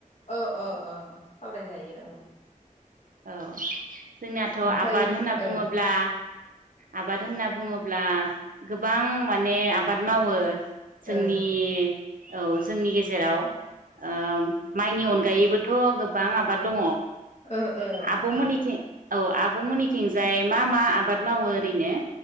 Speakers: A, on the left; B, on the right.
A: ओ ओ ओ सावरायजायो औ
B: औ जोंनाथ'
A: ओमफ्राय
B: आबाद होनना
A: औ
B: बुङोब्ला आबाद होनना बुङोब्ला गोबां माने आबाद मावो जोंनि
A: औ
B: औ जोंनि गेजेराव ओ माइनि अनगायैबो थ' गोबां आबाद दङ
A: ओ ओ
B: आब'मोननिथिं औ आबमोननिथिंजाय मा मा आबाद मावो ओरैनो